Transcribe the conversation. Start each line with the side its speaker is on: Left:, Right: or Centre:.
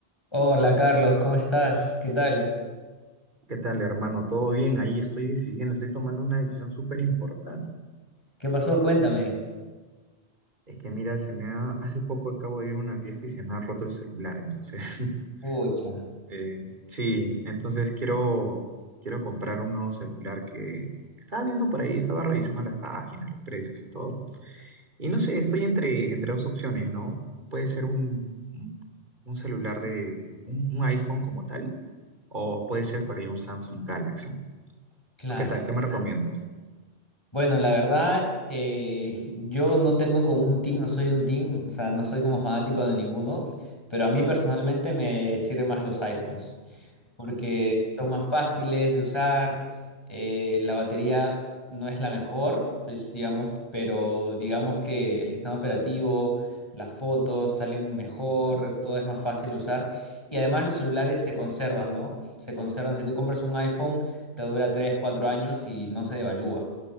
Left: Hola Carlos, ¿cómo estás? ¿Qué tal?
Right: ¿Qué tal, hermano? ¿Todo bien? Ahí estoy decidiendo, estoy tomando una decisión súper importante.
Left: ¿Qué pasó? Cuéntame.
Right: Es que mira, se me ha, hace poco acabo de ir a una fiesta y se me ha roto el celular, entonces,
Left: Pucha,
Right: <laughs> eh, sí, entonces quiero, quiero comprar un nuevo celular que estaba viendo por ahí, estaba revisando las páginas, los precios y todo. Y no sé, estoy entre, entre dos opciones, ¿no? Puede ser un, un, un celular de, un, un iPhone como tal, o puede ser por ahí un Samsung Galaxy.
Left: claro.
Right: ¿Tú qué tal? ¿Qué me recomiendas?
Left: Bueno, la verdad, eh, yo no tengo como un team, no soy de un team, o sea, no soy como fanático de ninguno, pero a mí personalmente me sirven más los iPhones, porque son más fáciles de usar, eh, la batería no es la mejor, pues, digamos, pero digamos que el sistema operativo, las fotos salen mejor, todo es más fácil de usar, y además los celulares se conservan, ¿no? Se conservan, si tú compras un iPhone, te dura 3, 4 años y no se devalúa.